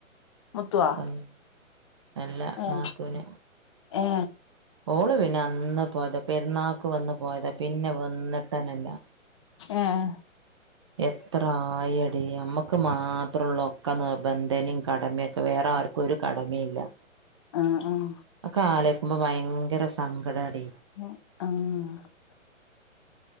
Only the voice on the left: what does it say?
മുത്തവാ
ഏ
ഏ
ഏഹ്
ആഹ് ആഹ്
ആഹ്